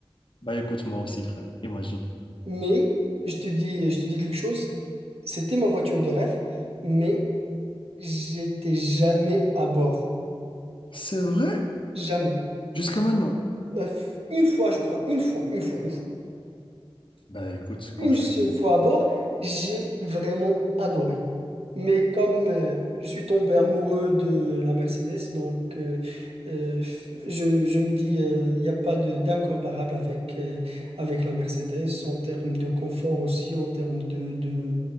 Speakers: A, on the left; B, on the right.
A: Bah écoute, moi aussi, frère, imagine.
B: Mais je te dis, je te dis quelque chose. C'était ma voiture de rêve, mais j'étais jamais à bord,
A: C'est vrai?
B: jamais.
A: Jusqu'à maintenant?
B: Euh, une fois, je crois, une fois, une fois, une fois,
A: Bah écoute,
B: une
A: quand tu
B: seule
A: veux.
B: fois à bord, j'ai vraiment adoré. Mais comme euh, je suis tombé amoureux de la Mercedes, donc euh, euh, je, je me dis, euh, il n'y a pas de d'incomparable avec, euh, avec la Mercedes en termes de confort aussi, en termes de, de,